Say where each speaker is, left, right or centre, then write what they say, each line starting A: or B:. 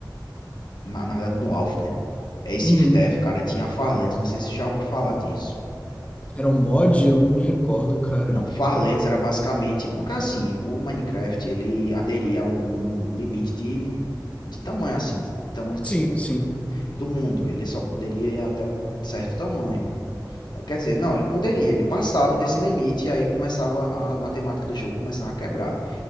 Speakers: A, on the left; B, on the left.
A: na, na verdade no Alpha, né? É esse
B: uhum,
A: InfDev, cara, tinha a Farlands, não sei se você já ouviu falar disso.
B: era um mod? Eu não me recordo, cara.
A: Não, Farlands era basicamente, porque assim, o Minecraft, ele aderia a um um limite de, de tamanho, assim, de tamanho
B: Sim, sim,
A: do mundo. Ele só poderia ir até um certo tamanho. Quer dizer, não, ele poderia, ele passava desse limite e aí começava a matemática do jogo começava a quebrar.